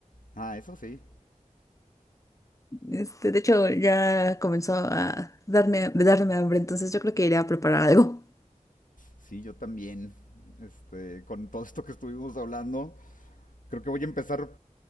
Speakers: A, on the left; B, on the left.
A: Ah, eso sí.
B: Este, de hecho, ya comenzó a darme, darme hambre, entonces yo creo que iré a preparar algo. <laughs>
A: Sí, yo también. Este, con todo esto que estuvimos hablando, creo que voy a empezar